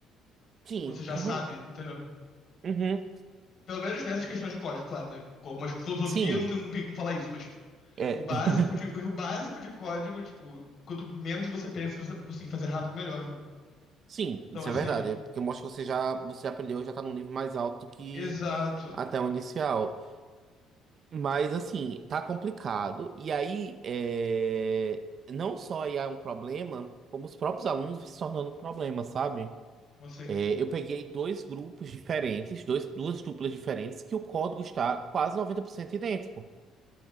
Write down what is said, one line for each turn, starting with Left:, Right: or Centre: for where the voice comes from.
Right: Sim.
Left: Você já
Right: Uhum,
Left: sabe, entendeu?
Right: uhum.
Left: Pelo menos nessas questões de código, claro, né? Com algumas filosofia
Right: Sim.
Left: não tem, não tem como falar isso, mas, tipo,
Right: É.
Left: o básico
Right: <laughs>
Left: de, o básico de código, tipo, quanto menos você pensa pra conseguir fazer rápido, melhor, né?
Right: Sim,
Left: Então,
Right: isso
Left: assim,
Right: é verdade. É porque mostra que você já, você já aprendeu e já tá num nível mais alto que
Left: exato,
Right: até o inicial. Mas assim, tá complicado. E aí, é, não só aí é um problema, como os próprios alunos se tornando um problema, sabe?
Left: assim...
Right: É, eu peguei dois grupos diferentes, dois, duas duplas diferentes, que o código está quase 90% idêntico.